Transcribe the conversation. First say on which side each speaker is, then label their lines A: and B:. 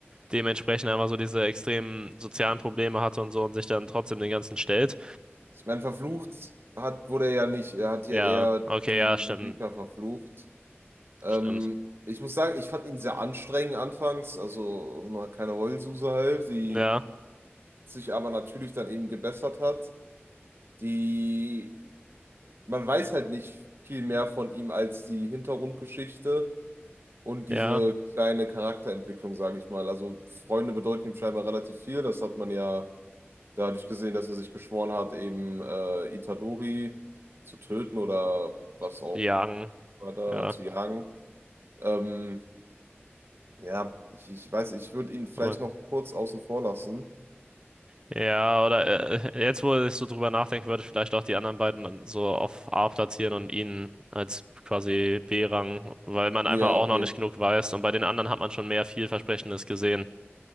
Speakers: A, on the right (about 20°); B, on the right (about 65°).
A: dementsprechend einfach so diese extremen sozialen Probleme hatte und so und sich dann trotzdem den ganzen stellt.
B: Ich meine, verflucht hat, wurde er ja nicht. Er hat
A: Ja,
B: ja eher
A: okay,
B: die
A: ja, stimmt,
B: Rika verflucht. Ähm,
A: stimmt.
B: ich muss sagen, ich fand ihn sehr anstrengend anfangs, also so eine kleine Heulsuse halt, die
A: Ja,
B: sich aber natürlich dann eben gebessert hat. die, man weiß halt nicht viel mehr von ihm als die Hintergrundgeschichte und
A: ja,
B: diese kleine Charakterentwicklung, sage ich mal. Also Freunde bedeuten ihm scheinbar relativ viel. Das hat man ja dadurch gesehen, dass er sich geschworen hat, eben äh, Itadori zu töten oder was auch
A: sie jagen,
B: war da
A: ja,
B: zu jagen. Ähm, ja, ich, ich weiß, ich würde ihn vielleicht
A: aber,
B: noch kurz außen vor lassen.
A: ja, oder äh, jetzt, wo ich so drüber nachdenke, würde ich vielleicht auch die anderen beiden dann so auf A platzieren und ihn als quasi B-Rang, weil man
B: Ja,
A: einfach auch
B: okay.
A: noch nicht genug weiß und bei den anderen hat man schon mehr vielversprechendes gesehen.